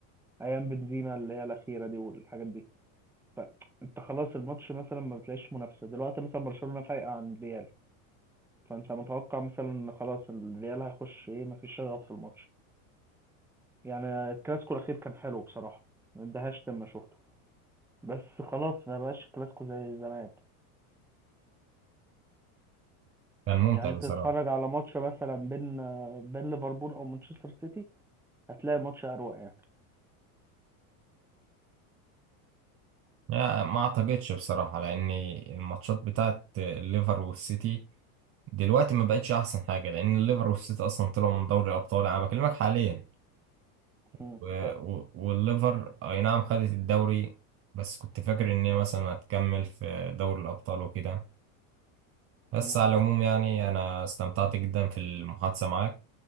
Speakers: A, in the centre; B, on the right (about 30°).
A: ايام بنزيما اللي هي الاخيرة دي والحاجات دي فانت خلاص الماتش مثلا ما بتلاقيش منافسه دلوقتي مثلا برشلونه فايقه عن الريال فانت متوقع مثلا ان خلاص الريال هيخش ايه مفيش شغف في الماتش يعني الكلاسيكو الاخير كان حلو بصراحه ما اندهشت لما شفته بس خلاص ما بقاش الكلاسيكو زي زمان
B: كان ممتع
A: يعني
B: بصراحة
A: تتفرج على ماتش مثلا بين بين ليفربول او مانشستر سيتي هتلاقي الماتش اروق يعني
B: لا ما اعتقدش بصراحة لان الماتشات بتاعت الليفر والسيتي دلوقتي ما بقتش احسن حاجة لان الليفر والسيتي اصلا طلعوا من دوري الابطال انا بكلمك حاليا و...
A: مم، ف
B: و... والليفر اي نعم خدت الدوري بس كنت فاكر ان هي مثلا هتكمل في دوري الابطال وكده بس
A: مم،
B: على العموم يعني انا استمتعت جدا في المحادثة معاك